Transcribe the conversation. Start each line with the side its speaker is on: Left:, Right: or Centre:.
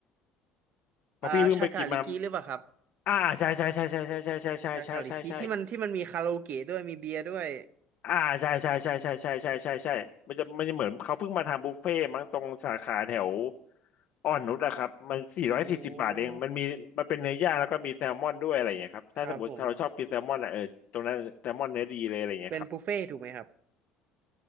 Left: เพราะพี่เพิ่งไปกินมา
Right: อ่าชากาลิกิหรือเปล่าครับ
Left: อ่าใช่ใช่ใช่ใช่ใช่ใช่ใช่ใช่ใช่ใช่ใช่ใช่
Right: ชากาลิกิที่มันที่มันมีคาราโอเกะด้วยมีเบียร์ด้วย
Left: อ่าใช่ใช่ใช่ใช่ใช่ใช่ใช่ใช่มันจะมันจะเหมือนเขาเพิ่งมาทำบุฟเฟ่ต์มั้งตรงสาขาแถวอ่อนนุชอะครับมันสี่ร้อยสี่สิบบาทเองมันมีมันเป็นเนื้อย่างแล้วก็มีแซลมอนด้วยอะไรอย่างเงี้ยครับถ้าสมมติเราชอบกินแซลมอนอะเออตรงนั้นแซลมอนเนื้อดีเลยอะไรอย่างเงี้ยครับ
Right: อ๋อครับผมเป็นบุฟเฟ่ต์ถูกไหมครับ